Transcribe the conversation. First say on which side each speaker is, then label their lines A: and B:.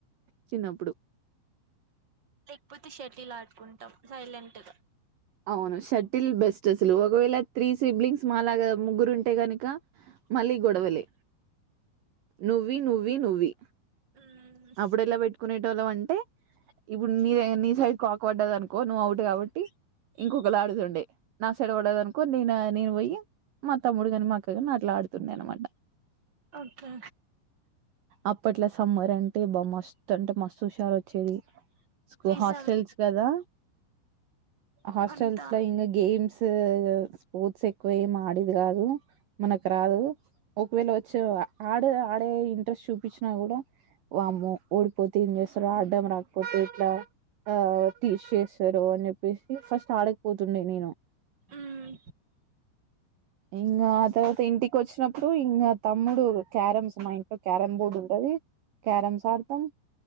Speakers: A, on the right; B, on the right.
A: చిన్నప్పుడు
B: లేకపోతే షటిల్ ఆడుకుంటాం సైలెంట్ గా.
A: అవును షటిల్ బెస్ దసలు ఒకవేళ త్రీ సిబ్లింగ్స్ మాలాగా ముగ్గురు ఉంటే గనక మళ్ళీ గొడవలే, నువ్వి నువ్వి నువ్వి
B: మ్మ్
A: అపుడెలా పెట్టుకునేటోళ్ళం అంటే ఇప్పుడు నీదై నీ సైడ్ కాక్ వడ్డదనుకో నువ్వు అవుట్ కాబట్టి ఇంకొకలా ఆడుతుండే నా సైడ్ బడ్డదనుకో నేన నేను బోయి, మా తమ్ముడు గాని మా అక్క కగాని అట్లా ఆడుతుండే అనమాట.
B: ఒకే
A: అప్పట్ల సమ్మర్ అంటే బ మస్త్ అంటే మస్తు హుషారు వచ్చేది. స్కూ
B: నిజం
A: హాస్టల్స్ గదా. హాస్టల్స్
B: అంతా
A: లో ఇంగ గేమ్స్ త్ స్పోర్ట్స్ ఎక్కువ ఏమి ఆడేది గాదు మనకు రాదు, ఒకవేళ వచ్చి ఆడే ఆడే ఇంట్రెస్ట్ చూపించినా కూడా వామ్మో ఓడిపోతే ఏం జేస్తారు ఆడ్డం రాకపోతే ఎట్లా, ఆ టీచ్ చేస్తారు అని చెప్ పేసి ఫస్ట్ ఆడకపోతుండే నేను,
B: మ్మ్
A: ఇంగా ఆ తర్వాత ఇంటికి వచ్చినప్పుడు ఇంగ తమ్ముడు క్యారమ్స్ మా ఇంట్లో క్యారం బోర్డ్ ఉంటది క్యారమ్స్ ఆడతాం,